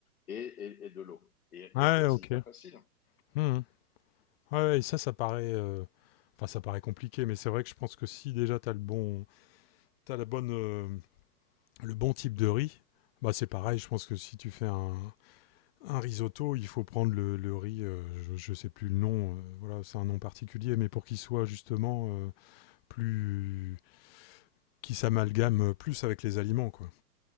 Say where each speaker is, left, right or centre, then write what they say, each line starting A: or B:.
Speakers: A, on the left (about 65°); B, on the left (about 40°).
A: et, et- et de l'eau. Et,
B: ouais
A: mais en fait,
B: ok
A: c'est hyper facile.
B: Mhm. Ouais, ouais, et ça, ça paraît, euh, enfin, ça paraît compliqué, mais c'est vrai que je pense que si déjà t'as le bon, t'as la bonne, euh, le bon type de riz, bah c'est pareil. Je pense que si tu fais un, un risotto, il faut prendre le, le riz, euh, je, je sais plus le nom, euh, voilà, c'est un nom particulier, mais pour qu'il soit justement euh, plus, qui s'amalgame plus avec les aliments, quoi.